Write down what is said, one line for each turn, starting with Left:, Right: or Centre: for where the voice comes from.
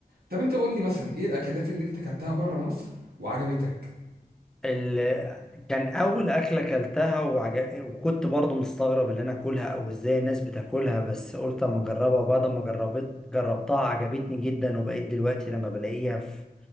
Right: طب انت قول لي مثلا ايه الاكلات اللي انت اكلتها بره مصر وعجبتك
Centre: ال... كان اول اكله اكلتها وعج... وكنت برضو مستغرب اللي انا اكلها او ازاي الناس بتاكلها بس قلت اما اجربها وبعد ما جربت جربتها عجبتني جدا وبقيت دلوقتي لما بلاقيها في